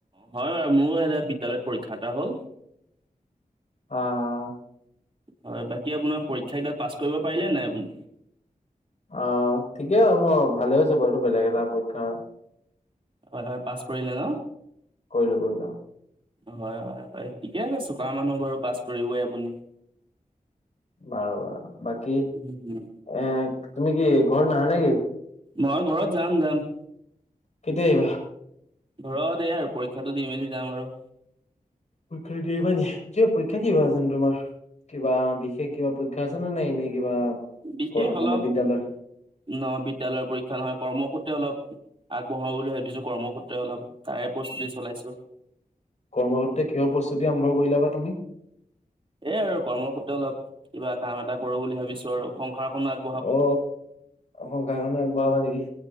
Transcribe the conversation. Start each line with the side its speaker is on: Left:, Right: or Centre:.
Right: হয় বাৰু মোৰো এ বিদ্যালয়ত পৰীক্ষা এটা হ'ল।
Left: অ।
Right: হয় বাকী আপোনাৰ পৰীক্ষা কেইটাত পাছ কৰিব পাৰিলে নাই আপুনি?
Left: অ ঠিকেই মোৰ ভালে হৈছে বাৰু এইটো বেলেগ এটা পৰীক্ষা হয়।
Right: হয় হয় পাছ কৰিলে ন?
Left: কৰিলোঁ কৰিলোঁ।
Right: হয় হয় হয় ঠিকে আছে চোকা মানুহ বাৰু পাছ কৰিবই আপুনি।
Left: <inaudible> বাৰু বাৰু বাকী এ
Right: উম,
Left: তুমি কি ঘৰত নাহা নেকি?
Right: মই ঘৰত যাম যাম।
Left: কেতিয়া আহিবা?
Right: ঘৰত এই আৰু পৰীক্ষাটো দি মেলি যাম আৰু।
Left: পৰীক্ষাটো দি আহিবা নেকি? কিবা পৰীক্ষা কি হয় আছে নো তোমাৰ কিবা বিশেষ কিবা পৰী পৰীক্ষা আছে নে নে এনেই কিবা
Right: বিশেষ
Left: মানে
Right: অলপ
Left: বিদ্যালয়
Right: নহয় বিদ্যালয়ৰ পৰীক্ষা নহয় কৰ্মসূত্ৰে অলপ আগবঢ়াও বুলি ভাবিছোঁ কৰ্মসূত্ৰে অলপ তাৰে প্ৰস্তুতি চলাইছো।
Left: কৰ্মসূত্ৰে কিহৰ প্ৰস্তুতি আৰম্ভ কৰিলা বা তুমি?
Right: এ আৰু কৰ্মসূত্ৰে অলপ কিবা কাম এটা কৰোঁ বুলি ভাবিছোঁ আৰু সংসাৰখন আগ
Left: অ সংসাৰখন আগবঢ়াবা নেকি?